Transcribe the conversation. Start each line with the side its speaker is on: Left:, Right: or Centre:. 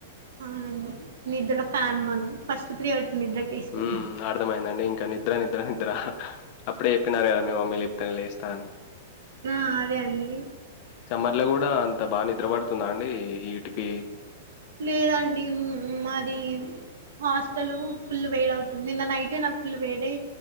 Right: అవునండి నిద్ర ఫ్యాన్ మనం ఫస్ట్ ప్రియారిటీ నిద్రకే ఇస్తాను
Left: ఊ అర్థమయ్యిందండి ఇంక నిద్ర నిద్ర ద్రహ అప్పుడే చెప్పినారు గదా మీ మమ్మీ లేపితేనే లేస్ తాని
Right: ఆ అదే అండి
Left: సమ్మర్ లో కూడా అంత బా నిద్ర పడుతుందా అండి ఈటికి
Right: లేదండి ఉమ్ మాది హాస్టల్ ఫుల్ వేడవుతుంది నిన్న నైటే నాకు ఫుల్ వేడై